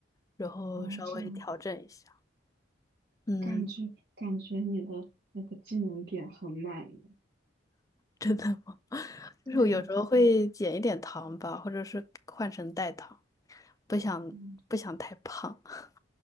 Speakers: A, on the left (about 20°); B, on the right (about 60°).
A: 然后稍微调整一下。
B: 哦，这样。
A: 嗯，
B: 感觉感觉你的那个技能点很满呢。
A: <laughs> 真的吗？就是我有时候会减一点糖吧，
B: 对啊，对啊，
A: 或者是换成代糖，不想不想太胖。
B: 嗯，
A: <laughs>